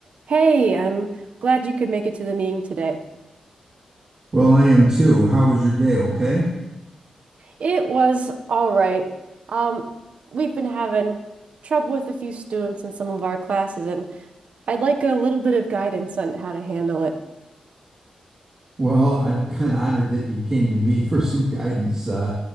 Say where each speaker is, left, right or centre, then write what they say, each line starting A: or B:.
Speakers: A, on the right; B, on the right.
A: Hey, I'm glad you could make it to the meeting today.
B: Well, I am too. How was your day? Okay.
A: It was all right. Um, we've been having trouble with a few students in some of our classes, and I'd like a little bit of guidance on how to handle it.
B: Well, I'm <laughs> kind of honored that you came to me <laughs> for some guidance. Uh,